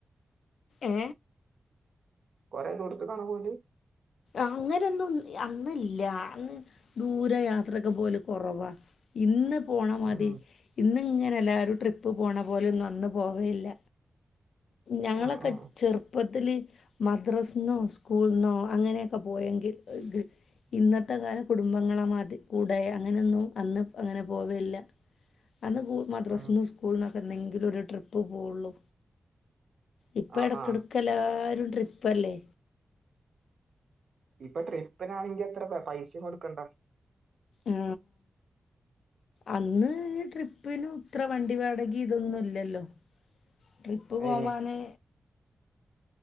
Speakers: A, on the left; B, on the right.
A: ഏ
B: കൊറേ ദൂരത്തേക്കാണോ പോവല്
A: അങ്ങനൊന്നും അന്നില്ല അന്ന് ദൂരെ യാത്രക്കെ പോവല് കൊറവാ ഇന്ന് പോണമാതിരി
B: ഉം
A: ഇന്ന് ഇങ്ങനല്ല ഒരു ട്രിപ്പ് പോണ പോലെ ഒന്നും അന്ന് പോകയില്ല ഞങ്ങളൊക്കെ
B: ആ ആ
A: ചെറുപ്പത്തില് മദ്രാസിന്നോ സ്കൂളിന്നോ അങ്ങനെയൊക്കെ പോയെങ്കിൽ ഇന്നത്തെ കാലം കുടുംബങ്ങളെ മാതി കൂടെ അങ്ങനെയൊന്നും അന്ന് അങ്ങനെ പോവലില്ല അന്ന് കൂ മദ്രസിൽ
B: ഉം
A: നിന്ന് സ്കൂളന്നൊക്കെ എന്തെങ്കിലും ഒരു ട്രിപ്പ് പോവുള്ളു ഇപ്പ
B: ആ
A: ഇടക്കിടക്ക്
B: ആ
A: എല്ലാരും ട്രിപ്പല്ലേ
B: ഇപ്പൊ ട്രിപ്പിനാണെങ്കി അത്ര പൈസയും കൊടുക്കണ്ട
A: ആ അന്ന് ഈ ട്രിപ്പിിനന് ഇത്ര വണ്ടി വാടകി ഇതൊന്നും ഇല്ലല്ലോ ട്രിപ്പ് പോവാന്
B: ഏ